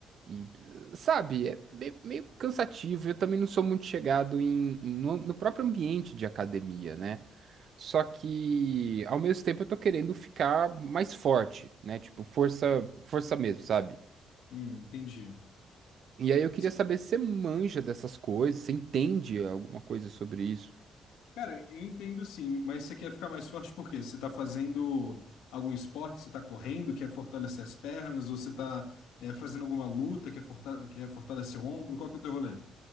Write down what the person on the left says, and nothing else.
Hum, entendi.
Cê-
Cara, eu entendo sim, mas você quer ficar mais forte por quê? Você tá fazendo algum esporte? Você tá correndo, quer fortalecer as pernas? Ou você tá é, fazendo alguma luta, quer, forta- quer fortalecer o ombro? Qual que é o teu rolê?